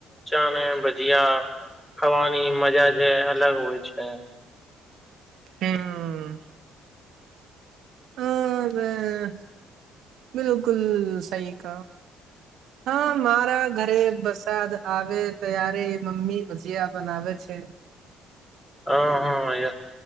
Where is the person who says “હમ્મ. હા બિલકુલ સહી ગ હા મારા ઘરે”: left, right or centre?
Right